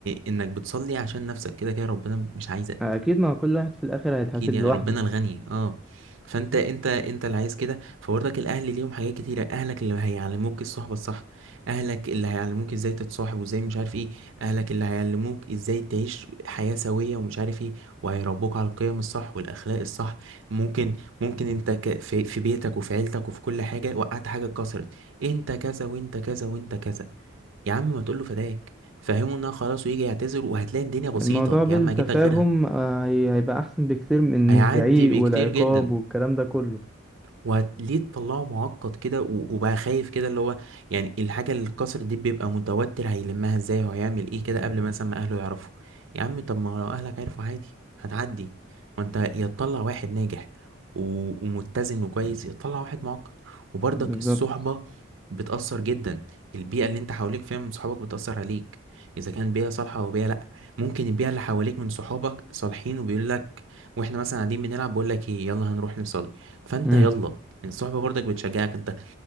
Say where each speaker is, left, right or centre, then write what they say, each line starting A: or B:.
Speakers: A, on the right; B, in the centre.
A: انك بتصلي عشان نفسك كده كده ربنا مش عايزك
B: اكيد ما كل واحد في الاخر هيتحاسب
A: اكيد يعني
B: لوحده
A: ربنا الغني اه فانت انت انت اللي عايز كده فبرضك الاهل ليهم حاجات كتيره اهلك اللي هيعلموك الصحبه الصح اهلك اللي هيعلموك ازاي تتصاحب وازاي مش عارف ايه اهلك اللي هيعلموك ازاي تعيش حياه سويه ومش عارف ايه وهيربوك على القيم الصح والاخلاق الصح ممكن ممكن انت ك... في... في بيتك وفي عيلتك وفي كل حاجه وقعت حاجه اتكسرت انت كذا وانت كذا وانت كذا يا عم ما تقول له فداك فهمه انها خلاص ويجي يعتذر وهتلاقي الدنيا بسيطه
B: الموضوع بالتفاهم
A: يا عم اجيب لك غيرها
B: آه، هي- هيبقى احسن بكتير من
A: هيعدي
B: الزعيق
A: بكتير
B: والعقاب
A: جدا
B: والكلام ده كله
A: وليه تطلعه معقد كده و- وبقى خايف كده اللي هو يعني الحاجة اللي اتكسرت دي بيبقى متوتر هيلمها ازاي وهيعمل ايه كده قبل مثلا ما اهله يعرفوا يا عم طب ما لو اهلك عرفوا عادي هتعدي ما انت يا تطلع واحد ناجح و- ومتزن وكويس يا تطلع واحد معقد وبرضك
B: بالظبط
A: الصحبة بتأثر جدا البيئة اللي انت حواليك فيها من صحابك بتأثر عليك اذا كان بيئة صالحة او بيئة لا ممكن البيئة اللي حواليك من صحابك صالحين وبيقول لك واحنا مثلا قاعدين بنلعب بقول لك ايه يلا هنروح نصلي فانت
B: امم
A: يلا الصحبة برضك بتشجعك انت